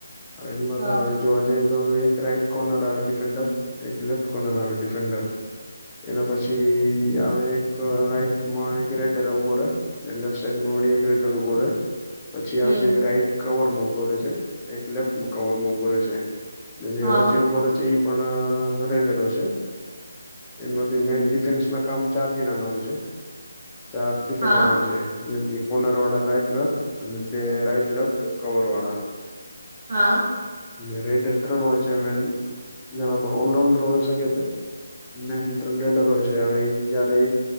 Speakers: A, on the left; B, on the right.
A: હવે એનમાં
B: હા.
A: તો હવે. જોવા જઈએ તો એક રાઈટ કોર્નર આવે ડિફેન્ડર એક લેફ્ટ કોર્નર આવે ડિફેન્ડર. એના પછી આ હવે એક રાઈટમાં એક રેડ ઉભો રહેે, ને લેફ્ટ સાઈડમાં વડી એક રેડર ઉભો રહેે. પછી
B: હમ
A: આવે છે એક રાઈટ કવરમાં ઉભો રહે છે, એક લેફ્ટ કવરમાં ઉભો રહે છે. ને જે
B: હા
A: વચ્ચે ઉભો રે છે એ પણ રેડરો છે. એનમાંથી મેન ડિફેન્સના કામ ચાર જણાના હોય છે. ચાર ડિફેન્ડર
B: હા
A: હોય છે. જેમ કે કોર્નર વાળા લાઈટ લેફ્ટ અને બે રાઈટ લેફ્ટ કવરવાળા.
B: હા
A: ને રેડર ત્રણ હોય છે મેન ઘણા પણ ઓલરાઉન્ડર હોય શકે છે. મેન ત્રણ રેડરો હોય છે. હવે એ જયારે